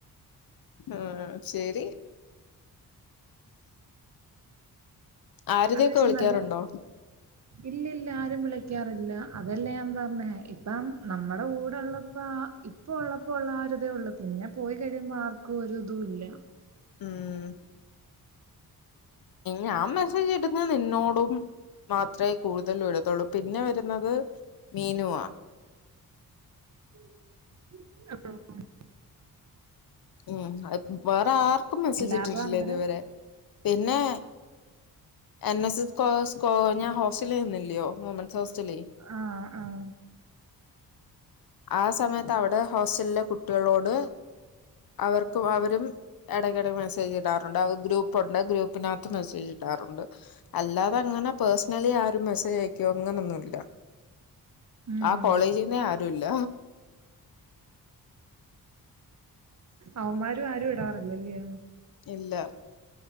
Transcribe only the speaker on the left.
ആഹ ശരി ആരതിയൊക്കെ
വിളിക്കാറുണ്ടോ
ഉം ഞാൻ മെസ്സേജ് എടുുന്ന നിന്നോടും മാത്രമേ കൂടുതലും ഇടത്തുള്ളൂ പിന്നെ വരുന്നത് മീനുവാ
ഉം വേറെ ആർക്കും മെസ്സേജ്
ഇട്ടിട്ടില്ലേ
ഇതുവരെ പിന്നെ എൻ എസ് എസ് കോഴ്സ് കോ ഞാൻ ഹോസ്റ്റലിൽ നിനന്നില്ലയോ വുമൻസ് ഹോസ്റ്റല
ആ സമയത്ത് അവിടെ ഹോസ്റ്റലിലെ കുട്ടികളോട് അവർക്കും അവരും ഇടയ്ക്കിട മെസ്സേജ് ഇടാറ് ണ്ട്. ഗ്രൂപ്പുണ്ട് ഗ്രൂപ്പിനകത്ത് മെസ്സേജ് ഇടാറുണ്ട് അല്ലാതെ അങ്ങനെ പേഴ്സണലി ആരും മെസ്സേജ് അയക്കോ അങ്ങനൊന്നും ഇല്ല.
ആ കോളേജിന്നേ ആരുല്ല
ഇല്ല